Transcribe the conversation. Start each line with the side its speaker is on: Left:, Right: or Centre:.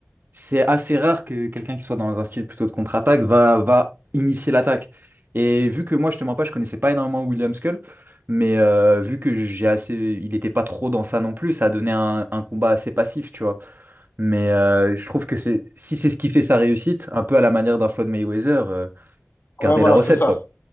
Right: c'est assez rare que quelqu'un qui soit dans un style plutôt de contre-attaque va, va initier l'attaque. Et vu que moi, je te mens pas, je connaissais pas énormément William Skull, mais euh, vu que j'ai assez, il était pas trop dans ça non plus, ça a donné un, un combat assez passif, tu vois. Mais euh, je trouve que c'est, si c'est ce qui fait sa réussite, un peu à la manière d'un Floyd Mayweather, euh,
Left: Ouais,
Right: garder
Left: voilà,
Right: la recette,
Left: c'est ça.
Right: quoi.